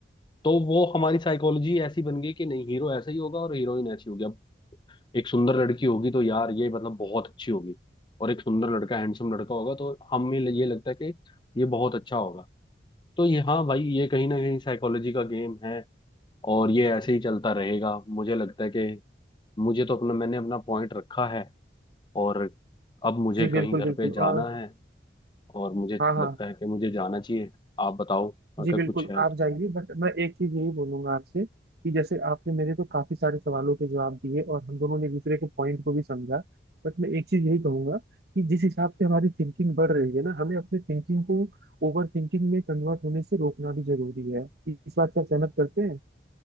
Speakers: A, on the left; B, on the right.
A: तो वो हमारी साइकोलॉजी ऐसी बन गई कि नहीं हीरो ऐसा ही होगा और हीरोइन ऐसी होगी अब एक सुंदर लड़की होगी तो यार ये मतलब बहुत अच्छी होगी और एक सुंदर लड़का हैंडसम लड़का होगा तो हमें ये लगता है कि ये बहुत अच्छा होगा तो ये हाँ भाई ये कहीं ना कहीं साइकोलॉजी का गेम है और ये ऐसे ही चलता रहेगा मुझे लगता है कि मुझे तो अपना मैंने अपना पॉइंट रखा है और अब मुझे
B: जी
A: कहीं
B: बिल्कुल
A: घर
B: बिल्कुल
A: पे जाना
B: और
A: है और मुझे
B: हाँ हाँ
A: लगता है कि मुझे जाना चाहिए आप बताओ अगर
B: जी बिल्कुल
A: कुछ है
B: आप
A: तो
B: जाइए बट मैं एक चीज यही बोलूंगा आपसे कि जैसे आपने मेरे तो काफी सारे सवालों के जवाब दिए और हम दोनों ने एक दूसरे के पॉइंट को भी समझा बट मैं एक चीज यही कहूंगा कि जिस हिसाब से हमारी थिंकिंग बढ़ रही है ना हमें अपने थिंकिंग को ओवर थिंकिंग में कन्वर्ट होने से रोकना भी जरूरी है इस बात से आप सहमत करते हैं